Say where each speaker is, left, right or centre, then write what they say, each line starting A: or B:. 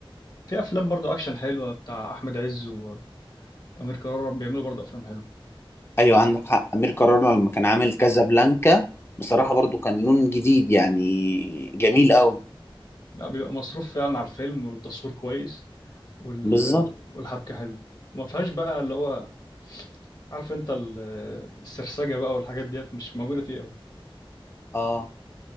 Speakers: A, on the left (about 45°); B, on the left (about 25°).
A: في افلام برضو اكشن حلوه بتاع احمد عز وامير كرارة بيعملوا برضو افلام حلوه
B: ايوه عندك حق امير كرارة لما كان عامل كازابلانكا بصراحة برضو كان لون جديد يعني جميل قوي
A: لا بيبقى مصروف فعلا على الفيلم والتصوير كويس وال...
B: بالظبط
A: والحبكه حلوه وما فيهاش بقى اللي هو عارف انت ال- السرسجة بقى والحاجات ديت مش موجودة فيه قوي
B: اه